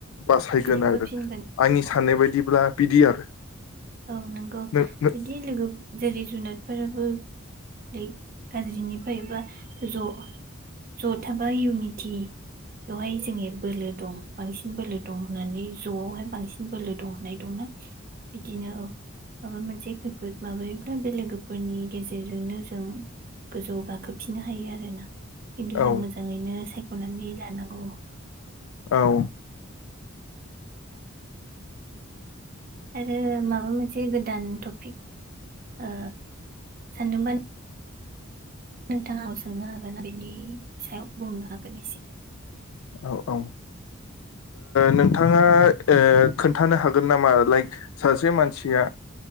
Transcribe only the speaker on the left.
बासायगोन
आरो आंनि साननाय बायदिब्ला बिदि आरो।
नों नों
औ
औ
औ औ ओ नोंथाङा ओ खोन्थानो हागोन नामा लाइक सासे मानसिया